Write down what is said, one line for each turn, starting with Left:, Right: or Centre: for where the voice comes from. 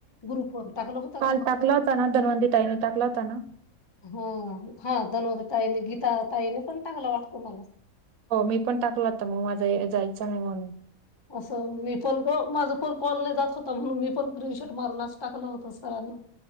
Left: ग्रुपवर टाकलं होत
Right: काल
Left: का
Right: टाकला होता ना? धनवंती ताईने टाकला होता ना.
Left: हो हो हा धनवंती ताईने गीता ताईने पण टाकला वाटत मलाच.
Right: हो मी पण टाकल होता मग माझा जायचा नाही म्हणून.
Left: असं मी पण ग माझ पण कॉल नाही जात होता म्हणून मी पण स्क्रीनशॉट मारूनच टाकलं होता सरांना.